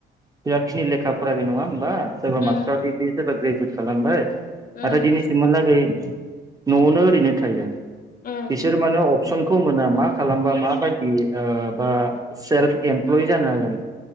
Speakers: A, on the right (about 20°); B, on the left (about 45°).
A: बिराद खिनि लेखा फरायबाय नङा होमबा? सोरबा
B: उम
A: मास्टार डिग्रि सोरबा ग्रेजुवेट खालामबाय नाथाय
B: उम
A: दिनैसिमहालागै न'आवनो ओरैनो थायो।
B: उम
A: बिसोर मानो अ समखौ मोना मा खालामबा माबायदि ओ बा सेल्फ इमप्लय जानो हागोन